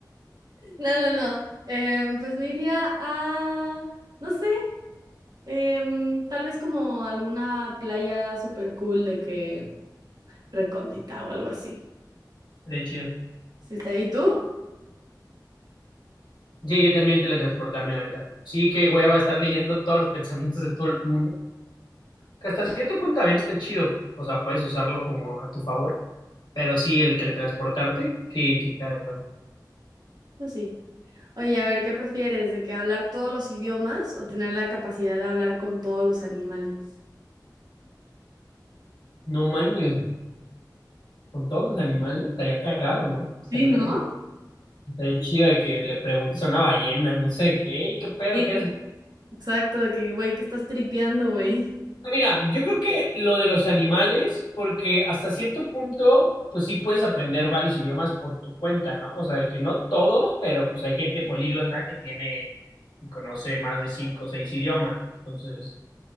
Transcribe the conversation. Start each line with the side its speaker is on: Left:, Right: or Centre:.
Right: No, no, no. Em, pues me iría a, no sé, em, tal vez como alguna playa super cool de que recóndita o algo así.
Left: Sería chido.
Right: ¿Sí está ahí tú?
Left: Sí, yo también teletransportarme, la neta. Sí, qué hueva estar leyendo <laughs> todos los pensamientos de todo el mundo. Que hasta cierto punto también está chido. O sea, puedes usarlo como a tu favor. Pero sí, el teletransportarte, sí, sin pedo.
Right: No, sí. Oye, a ver, ¿qué prefieres? ¿De que hablar todos los idiomas o tener la capacidad de hablar con todos los animales?
Left: No manches, con todos los animales estaría cagado, ¿no? Estaría
Right: Sí, ¿no?
Left: perro. Estaría chido de que le preguntes a una ballena, no sé qué, "Ey, qué pedo,
Right: Sí.
Left: qué es
Right: Exacto, de que, güey, que estás tripeando, güey?
Left: Mira, yo creo que lo de los animales, porque hasta cierto punto, pues sí puedes aprender varios idiomas por tu cuenta, ¿no? O sea, de que no todos, pero pues hay gente políglota que tiene y conoce más de cinco o seis idiomas. Entonces,